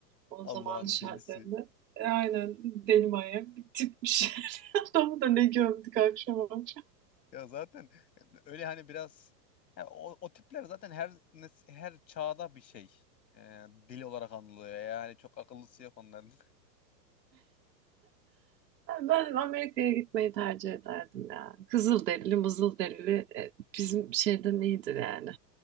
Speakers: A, on the right (about 75°); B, on the left (about 85°).
A: o
B: Allah'ın
A: zamanın şartlarında
B: delisi.
A: e, aynen deli manyak bir tipmiş. <laughs> Adamı da ne gömdük akşam akşam.
B: Ya zaten öyle hani biraz ya o, o tipler zaten her nes- her çağda bir şey. Ee, deli olarak anılıyor. Yani çok akıllısı yok onların.
A: Ben Amerika'ya gitmeyi tercih ederdim ya. Kızılderili, mızılderili e, bizim şeyden iyidir yani.